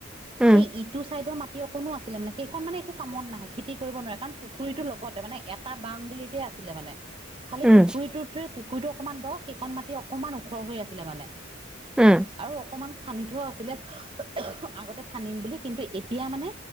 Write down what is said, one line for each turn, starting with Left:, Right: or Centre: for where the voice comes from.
Centre: উম,
Right: সেই ইটো চাইডৰ মাটি মাটি অকণো আছিলে, মানে সেইখন মানে একো কামত নাহে খেতি কৰিব নোৱাৰে কাৰণ পুখুৰীটোৰ লগতে মানে এটা বাউণ্ডেৰীতে আছিলে মানে খালি
Centre: উম,
Right: পুখুৰীটোতে পু খুইটো অকণমান দ সেইকণ মাতি অকণমান ওখৰ হৈ আছিলে মানে!
Centre: উম,
Right: আৰু অকমান খান্দি থোৱা আছিলে আগতে খান্দিম বুলি কিন্তু এতিয়া মানে